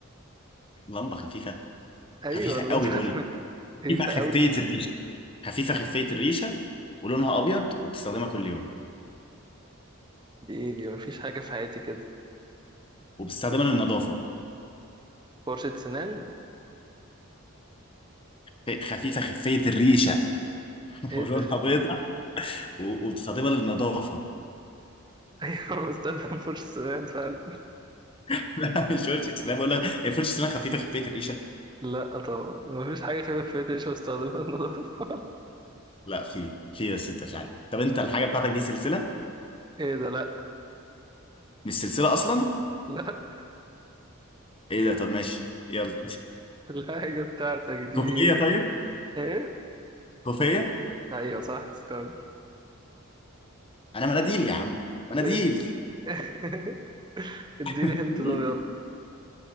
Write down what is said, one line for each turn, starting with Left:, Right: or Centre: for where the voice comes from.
Left: لمبه خفيفه
Right: ايوه
Left: خفيفه
Right: اللمبة
Left: قوي
Right: <laughs>
Left: بقول لك خفيفه
Right: خفيفة
Left: خفيه
Right: قوي
Left: الريشه خفيفه خفيه الريشه ولونها ابيض وبتستخدمها كل يوم
Right: دي ايه دي مفيش حاجة في حياتي كده
Left: وبتستخدمها للنظافه
Right: فرشة سنان
Left: خ- خفيفه خفيه الريشه <laughs>
Right: ايه
Left: ولونها
Right: ده
Left: بيضه
Right: <laughs>
Left: و- وبتستخدمها للنظافه
Right: ايوه بستخدم فرشة سنان فعلا
Left: <laughs> لا مش فرشه اسنان بقول لك هي فرشه اسنان خفيفه خفيه الريشه
Right: لا طبعا مفيش حاجة خفيفة في حياتي مش بستخدمها للنظافة <laughs>
Left: لا في في بس انت مش عارف طب انت الحاجه بتاعتك دي سلسله
Right: ايه ده لا
Left: مش سلسله اصلا
Right: لا
Left: ايه ده طب ماشي يلا
Right: الحاجة بتاعتك دي
Left: <laughs> كوفيه طيب
Right: ايه
Left: كوفيه
Right: ايوه صح سكار
Left: انا مناديل يا عم مناديل
Right: ايه دي؟ <laughs> اديني
Left: <laughs>
Right: هنت
Left: مناديل
Right: طب يلا